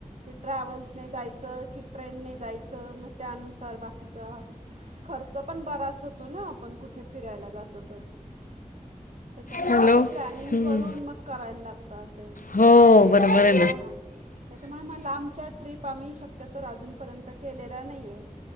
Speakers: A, on the right; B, on the left.
A: कि ट्रॅव्हल्सने जायचं की ट्रेनने जायचं मग त्यानुसार बाकीचा खर्च पण बराच होतो ना आपण कुठे फिरायला जातो तर त्याच्यामुळे
B: हॅलो
A: सगळं प्लनिंग
B: हम्म.
A: करून मग करायला लागत असं
B: हो बरोबर आहे
A: हो ना त्याच्यामुळे मग लांबच्या ट्रीप आम्ही शक्यतोर अजूनपर्यंत केलेल्या नाहीये.